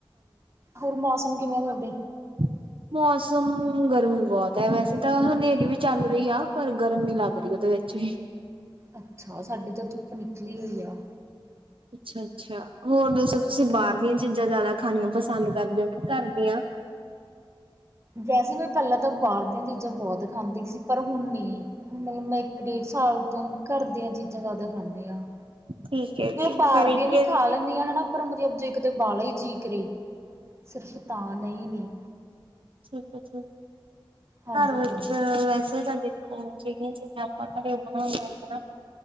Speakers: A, on the right; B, on the right.
A: ਹੋਰ ਮੌਸਮ ਕਿਵੇਂ ਤੁਹਾਡੇ।
B: ਹ। ਮੌਸਮ ਗਰਮੀ ਬਹੁਤ ਹੈ, ਵੈਸੇ ਤਾਂ ਹਨੇਰੀ ਵੀ ਚੱਲ ਰਹੀ ਆ। ਪਰ ਗਰਮੀ ਲੱਗ ਰਹੀ ਉਹਦੇ ਵਿੱਚ ਵੀ।
A: ਅੱਛਾ, ਸਾਡੀ ਤਾਂ ਧੁੱਪ ਨਿਕਲੀ ਹੋਈ ਆ।
B: ਅੱਛਾ -ਅੱਛਾ, ਹੋਰ ਦੱਸੋ ਤੁਸੀਂ ਬਾਹਰ। ਬਾਹਰ ਦੀਆਂ ਚੀਜ਼ਾਂ ਜ਼ਿਆਦਾ ਖਾਣੀਆਂ ਪਸੰਦ ਕਰਦੇ ਹੋ ਕਿ ਘਰ ਦੀਆਂ।
A: ਵੈਸੇ ਮੈਂ ਪਹਿਲਾਂ ਤਾਂ ਬਾਹਰ ਦੀਆਂ ਚੀਜ਼ਾਂ ਬਹੁਤ ਖਾਂਦੀ ਸੀ। ਪਰ ਹੁਣ ਨੀ। ਮਤਲਬ ਮੈਂ ਇੱਕ -ਡੇਢ ਸਾਲ ਤੋਂ ਘਰ ਦੀਆਂ ਚੀਜ਼ਾਂ ਜ਼ਿਆਦਾ ਖਾਂਦੀ ਹਾਂ।
B: ਠੀਕ ਹੈ
A: ਮਤਲਬ
B: ਜੀ
A: ਬਾਹਰ
B: ਤਰੀਕੇ
A: ਦੀਆਂ ਵੀ ਖਾ ਲੈਂਦੀ ਹਾਂ, ਹਨਾ। ਪਰ ਮਤਲਬ ਜੇ ਕਤੇ ਵਾਲਾ ਹੀ ਜੀ ਕਰੇ। ਸਿਰਫ ਤਾਂ ਨਹੀਂ -ਨਹੀਂ।
B: ਠੀਕ ਹੈ ਠੀਕ
A: ਹਾਂਜੀ
B: ਘਰ ਵਿੱਚ
A: ਹਾਂਜੀ
B: ਵੈਸੇ ਤਾਂ। ਹੋ ਜ -ਜ ਆਪਾਂ ਕ ਬਣਾ ਹਨਣਾ।